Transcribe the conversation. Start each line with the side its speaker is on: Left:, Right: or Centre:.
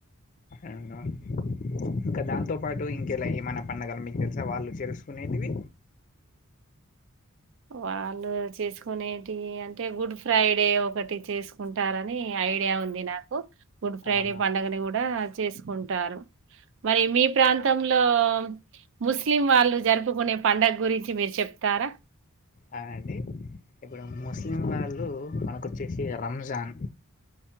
Left: ఏం రో ఇంకా దాంతో పాటు ఇంకెలా ఏమైనా పండగలు మీకు తెలుసా వాళ్ళు చేసుకునేటివి
Right: వాళ్ళు చేసుకునేటివి అం టే గుడ్ ఫ్రైడే ఒకటి చేసుకుంటారని ఐడియా ఉంది నాకు గుడ్ ఫ్రైడే
Left: అవునా
Right: పండుగని కూడా చేసుకుంటారు మరి మీ ప్రాంతంలో ముస్లిం వాళ్ళు జరుపుకునే పండగ గురించి మీరు చెప్ తారా
Left: ఆ అండి ఇప్పుడు ముస్లిం వాళ్ళు మనకు వచ్చేసి రమజాన్